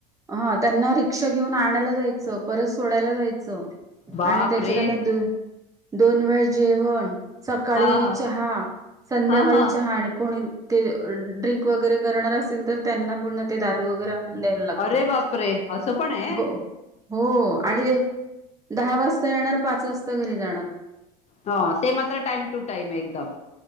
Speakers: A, on the right; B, on the left.
A: हा त्यांना रिक्षा घेऊन आणायला जायचं परत सोडायला जायचं
B: बाप
A: आणि त्याच्या
B: रे
A: त्यांना द दोन वेळ जेवण सकाळी
B: हा हा
A: चहा संध्याकाळी
B: हा हा
A: चहा आण ते ड्रिंक वगैरे करणार असेतील तर त्यांना पूर्ण ते दारू वगैरे द्यायला लागते
B: अरे बापरे असं पण आहे
A: हो हो आणि ते दहा वाजता येणार पाच वाजता घरी जाणार
B: हा ते मात्र टाइम टू टाइम एकदम